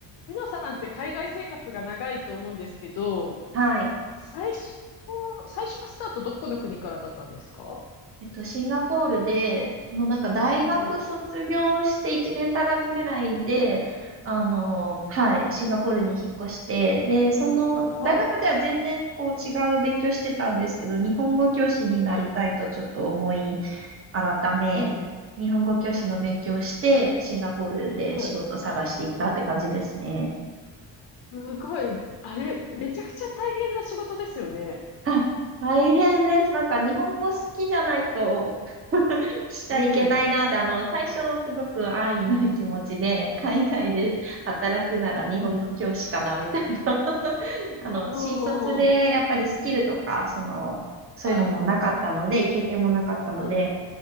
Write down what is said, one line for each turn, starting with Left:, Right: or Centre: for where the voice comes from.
Left: みのさんって海外生活が長いと思うんですけど、
Right: はい。
Left: 最初、最初のスタートどこの国からだったんですか
Right: えっと、シンガポールで、もうなんか大学卒業して1年足らずぐらいで、
Left: うんうん。
Right: あの、はい、シンガポールに引っ越して、で、その、大学では全然こう違う勉強してたんですけど、
Left: はい。
Right: 日本語教師になりたいとちょっと思い
Left: はい。
Right: 改め、
Left: うんうん。
Right: 日本語教師の勉強をして、
Left: うん。
Right: シンガポールで仕事を探していったって感じですね。
Left: はい。すごい。あれ、めちゃくちゃ大変な仕事ですよね。
Right: あ大変です。なんか日本語好きじゃないとしちゃいけないなって、
Left: うん。
Right: あの、最初すごく安易な気持ちで、海外で働くなら日本語教師かな、みたいな。<laughs> あの、
Left: ほうほうほうほうほう。
Right: 新卒でやっぱりスキルとか、その、そういうのもなかったので、
Left: はい。
Right: 経験もなかったので、
Left: うん。